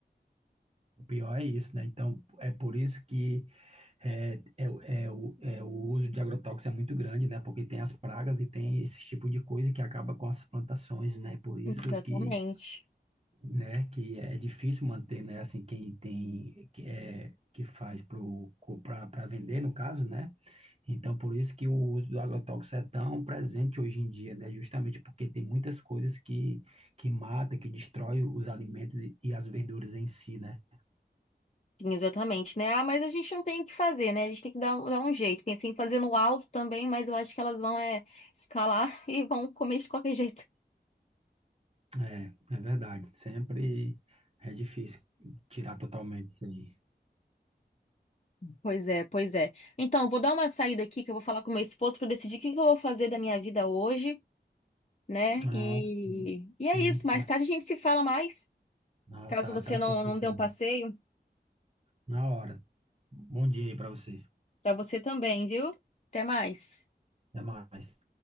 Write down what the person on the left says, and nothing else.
Exatamente.
Sim, exatamente, né? Ah, mas a gente não tem o que fazer, né? A gente tem que dar, um- dar um jeito. Pensei em fazer no alto também, mas eu acho que elas vão é, escalar <laughs> e vão comer de qualquer jeito.
Pois é, pois é. Então, eu vou dar uma saída aqui que eu vou falar com meu esposo para decidir o que que eu vou fazer da minha vida hoje, né?
E,
e
é isso. Mais
tarde a gente se fala mais.
Caso
você
não,
não dê
um passeio,
para você também, viu? Até mais.